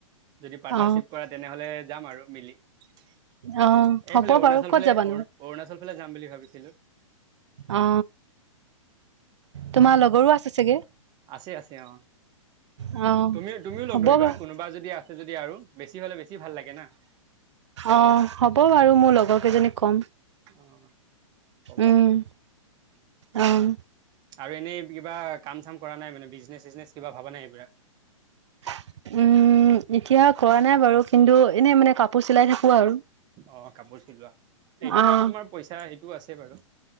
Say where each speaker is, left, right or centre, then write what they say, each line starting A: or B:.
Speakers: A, on the right; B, on the right.
A: যদি পাৰ্টনাৰশ্বিপ
B: অ
A: কৰা তেনেহ'লে যাম আৰু মিলি। এইফালে
B: অ হ'ব
A: অৰুণাচল
B: বাৰু ক'ত
A: ফালে
B: যাবানো
A: অ-অৰুণাচল ফালে যাম বুলি ভাবিছিলোঁ।
B: অ তোমাৰ লগৰো আছে চাগে?
A: আছে আছে অ',
B: অ',
A: তুমিও-তুমিও
B: হ'ব
A: লগ ধৰিবা
B: বাৰু
A: কোনোবা যদি আছে যদি আৰু। বেছি হলে বেছি ভাল লাগে না।
B: অ', হব বাৰু মোৰ লগৰ কেইজনীক কম।
A: অ ক'বা
B: উম', অহ'।
A: আৰু এনেই কিবা কাম চাম কৰা নাই মানে বিজনেচ চিজনেচ কিবা ভবা নাই এইবিলাক?
B: উম, এতিয়া কৰা নাই বাৰু, কিন্তু এনে মানে কাপোৰ চিলাই থাকো। আৰু
A: অ', কাপোৰ চিলোৱা। সেইটো
B: অ',
A: বাৰু তোমাৰ পইচা সেইটো আছে বাৰু।